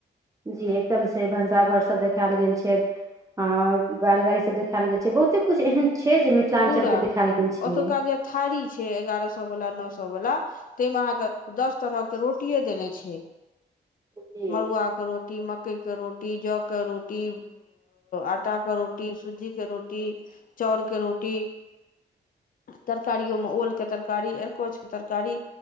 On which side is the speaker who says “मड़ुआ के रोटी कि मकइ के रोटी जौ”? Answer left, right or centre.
Left